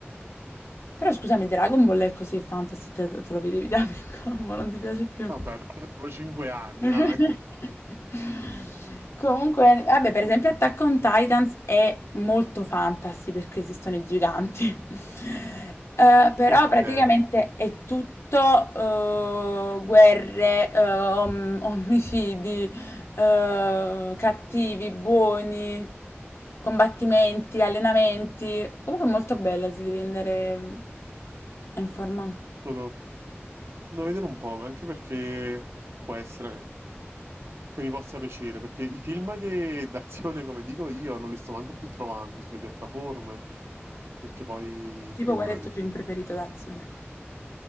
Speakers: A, on the right; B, on the left.
A: Vabbè,
B: Però scusami, Dragon Ball è così, è fantasy, te, te lo vedevi da piccolo, <laughs> ma non ti piace più.
A: però avevo 5 anni,
B: <laughs>
A: dai.
B: Comunque, vabbè, per esempio Attack on Titans è molto fantasy perché esistono i giganti. <laughs> Eh, però
A: Ok.
B: praticamente è tutto eh, guerre, eh, om- omicidi, eh, cattivi, buoni, combattimenti, allenamenti. Comunque è molto bella, si devi andare a informare.
A: Lo devo, lo devo vedere un po', anche perché può essere che mi possa piacere, perché i film che d'azione, come dico io, non li sto manco più trovando sulle piattaforme, perché poi
B: È tipo
A: figurati.
B: qual è il tuo film preferito d'azione?